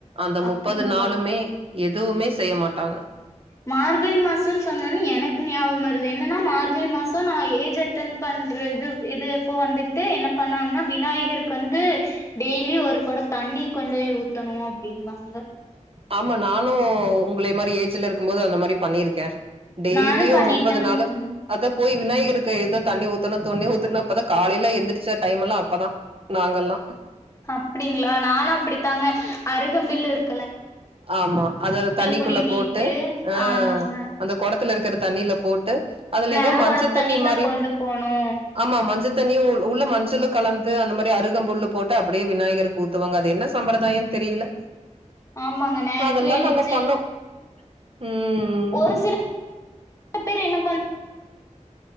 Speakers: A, on the right; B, on the left.
A: அந்த
B: அப்டிங்களா
A: முப்பது நாளுமே எதுவுமே செய்ய மாட்டாங்க
B: மார்கழி மாசன் சொன்னோன்னு எனக்கு ஞாபக வருது என்னன்னா மார்கழி மாசோ நா ஏஜ் அட்டன் பண்ற இது இது அப்போ வந்துட்டு என்ன பண்ணுவாங்கன்னா விநாயகருக்கு வந்து டெய்லியு ஒரு கொட தண்ணி கொண்டு போய் ஊத்தணு அப்படின்னும்பா
A: ஆமா நா னு உங்களை மாதிரி ஏஜ்ல இருக்கு போது அந்த மாரி பண்ணியிருக்கே டெய்லியு
B: நானு பண்ணிட்டு
A: முப்பது
B: தாங்க
A: நாளு
B: இருந்தே
A: அதா போய் விநாயகர்க்கு ஏதோ தண்ணி ஊத்தணு தொண்ணி ஊத்தணு அப்பதா காலையிலா எந்திரச்ச டைம் எல்லா அப்பதா நாங்கல்லா
B: அப்படிங்களா நானு அப்படித்தாங்க அருகம்பில்லு இருக்
A: ஆமா அத தண்ணிக்குள்ள
B: புடுங்கிட்டு
A: போட்டு ஆஹ்
B: ஆமாங்க
A: அந்த குடத்துல இருக்கிற தண்ணியில போட்டு அதுல
B: நெற
A: ஏதோ மஞ்ச
B: கொட தண்ணித்தா
A: தண்ணி மாரி
B: கொண்டு போனு
A: ஆமா மஞ்சத் தண்ணி ஊர் உள்ள மஞ்சளு கலந்து அந்த மாரி அரு கம்புல்லு போட்டு அப்படியே விநாயகர்க்கு ஊத்துவாங்க அது என்ன சம்பிரதாயன்னு தெரியல
B: ஆமாங்க நேரத்துல
A: அதெல்லாம்
B: எனிச்சு
A: நாங்க பண்ணோம். ம்.
B: ஒரு சில <inaudible> பேர் என்ன பண் <inaudible>